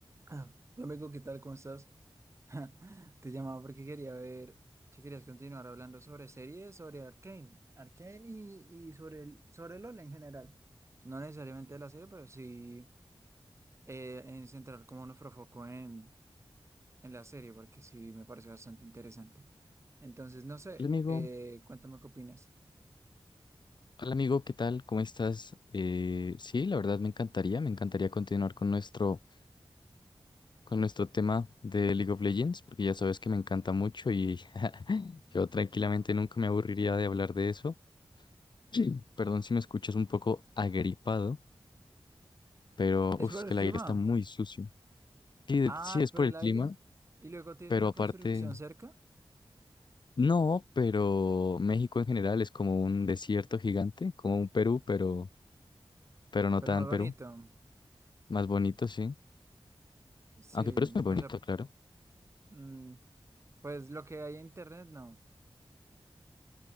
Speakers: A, on the right (about 30°); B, on the left (about 55°).
A: Ah, Rebeco, ¿qué tal? ¿Cómo estás? <laughs> Te llamaba porque quería ver si querías continuar hablando sobre series, sobre Arcane, Arcane y, y sobre el, sobre LOL en general. No necesariamente de la serie, pero sí eh, en centrar como nuestro foco en, en la serie, porque sí me parece bastante interesante. Entonces, no sé,
B: Hola amigo,
A: eh, cuéntame qué opinas.
B: hola amigo, ¿qué tal? ¿Cómo estás? Eh, sí, la verdad me encantaría, me encantaría continuar con nuestro, con nuestro tema de League of Legends, porque ya sabes que me encanta mucho y <laughs> yo tranquilamente nunca me aburriría de hablar de eso. <clears throat> Perdón si me escuchas un poco agripado, pero
A: ¿Es
B: uf,
A: por
B: que
A: el
B: el
A: clima?
B: aire está muy sucio. Sí, de-
A: Ah,
B: sí, es
A: ¿es por
B: por
A: el
B: el clima,
A: aire? ¿Y luego tienes
B: pero
A: una
B: aparte,
A: construcción cerca?
B: no, pero México en general es como un desierto gigante, como un Perú, pero, pero no
A: Pero
B: tan
A: más bonito.
B: Perú, más bonito, sí.
A: Sí,
B: Aunque pero es muy bonito,
A: o sea,
B: claro.
A: mm, pues lo que hay en internet no.